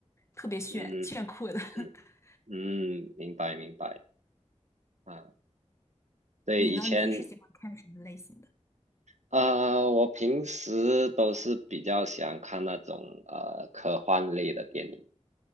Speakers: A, on the left (about 25°); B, on the right (about 85°).
A: 特别炫炫酷的。
B: 嗯
A: <laughs>
B: 嗯嗯，明白明白啊。对，
A: 你呢？
B: 以前
A: 你平时喜欢看什么类型的？
B: 啊，我平时都是比较喜欢看那种呃科幻类的电影。